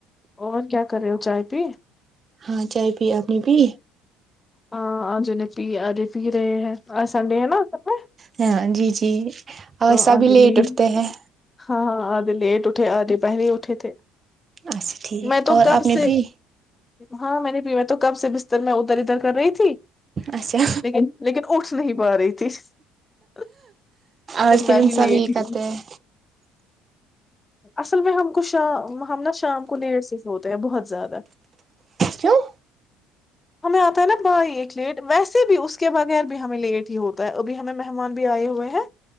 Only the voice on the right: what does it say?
ہاں چائے پی آپنی پی
ہاں جی جی اور
سبھی
اٹھتے ہیں
اچھا ٹھیک
اور
آپ نے
بھی
اچھا
آج
کے
دن
سب یہ
کرتے ہیں
کیوں